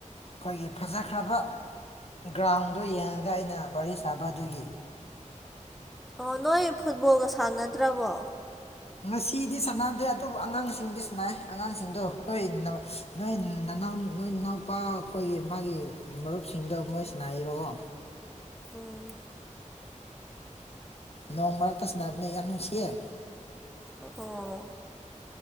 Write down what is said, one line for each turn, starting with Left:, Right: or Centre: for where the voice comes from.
Left: ꯑꯩꯈꯣꯏꯒꯤ ꯐꯖꯈ꯭ꯔꯕ ꯒ꯭ꯔꯥꯎꯟꯗꯨ ꯌꯦꯡꯉꯒ ꯑꯩꯅ ꯋꯥꯔꯤ ꯁꯥꯕ ꯑꯗꯨꯒꯤ
Centre: ꯑꯣ ꯅꯣꯏ ꯐꯨꯠꯕꯣꯜꯒ ꯁꯥꯟꯅꯗ꯭ꯔꯕꯣ
Left: ꯉꯁꯤꯗꯤ ꯁꯥꯟꯅꯗꯦ ꯑꯗꯨꯕꯨ ꯑꯉꯥꯡꯁꯤꯡꯗꯤ ꯁꯅꯥꯏ ꯑꯉꯥꯡꯁꯤꯡꯗꯣ ꯅꯣꯏ ꯅꯣꯏ ꯅꯥꯎ ꯅꯣꯏ ꯏꯅꯥꯎꯄꯥ ꯑꯩꯈꯣꯏꯒꯤ ꯃꯥꯒꯤ ꯃꯔꯨꯞꯁꯤꯡꯗꯣ ꯃꯣꯏ ꯁꯅꯥꯔꯤꯕꯀꯣ
Centre: ꯎꯝ
Left: ꯅꯣꯡ ꯃꯔꯛꯇ ꯁꯟꯅꯕꯅꯦ ꯌꯥꯝ ꯅꯨꯡꯁꯤꯌꯦꯦ
Centre: ꯑꯣ